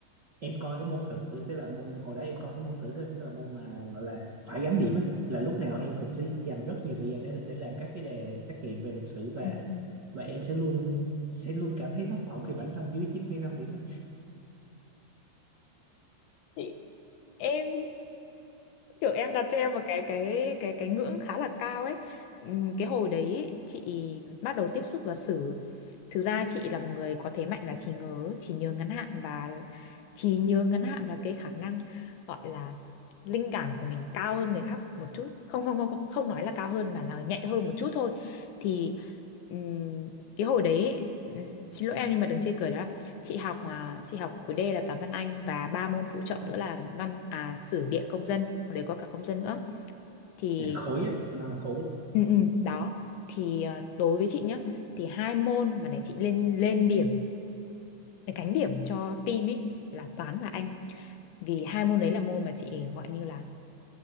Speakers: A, on the right; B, on the left.
A: em coi cái môn sử sẽ là môn hồi đó em coi cái môn sử sẽ là môn mà gọi là phải gánh điểm á là lúc nào em cũng sẽ dành rất nhiều thời gian để để làm các cái đề trắc nghiệm về lịch sử và
B: ừ ừ.
A: và em sẽ luôn sẽ luôn cảm thấy thất vọng khi bản thân dưới 9,5 điểm á
B: chị em kiểu em đặt cho em một cái cái cái cái ngưỡng khá là cao ấy Ừm, cái hồi đấy ý, chị bắt đầu tiếp xúc và xử thực ra chị là một người có thế mạnh là trí nhớ trí nhớ ngắn hạn và trí nhớ ngắn hạn là cái khả năng gọi là linh cảm của mình cao hơn người khác một chút không không không không, không nói là cao hơn mà là nhạy hơn một chút thôi thì ừm, cái hồi đấy ý, ừm, xin lỗi em nhưng mà đừng chê cười đó chị học à, chị học khối D là toán văn Anh và ba môn phụ trợ nữa là văn à, sử địa công dân hồi đấy có cả công dân nữa thì
A: à, khối á nó là khối á
B: ừ, ừ, đó thì à, đối với chị nhá thì hai môn mà để chị lên lên điểm cánh điểm cho team ấy là toán và Anh vì hai môn đấy là môn mà chị gọi như là